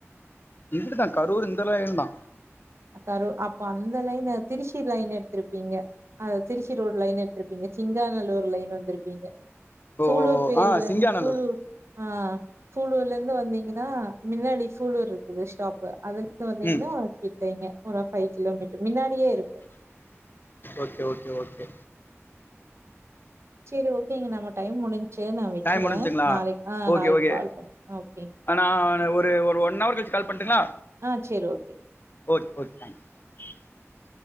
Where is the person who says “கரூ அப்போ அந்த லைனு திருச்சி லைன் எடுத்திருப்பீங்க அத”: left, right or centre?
Right